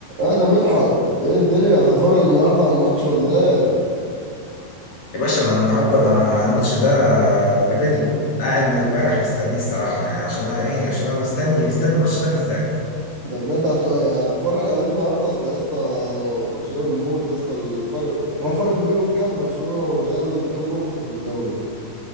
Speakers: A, on the right (about 85°); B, on the left (about 65°).
A: اه ده مدحت ايه الدنيا هتتفرج النهارده على الماتش ولا ايه
B: يا باشا انا النهارده انا الماتش ده رابد له قاعد من امبارح مستنيه الصراحه يعني عشان انا ايه عشان انا مستني مستني الماتش ده بالذات
A: ده بجد هت... يعني هتتفرج عليه النهارده اصل يا اسطى ماتش جامد موت يا اسطى الفرق هو الفرق ما بينهم كام برشلونة والريال كام نقطة في الدوري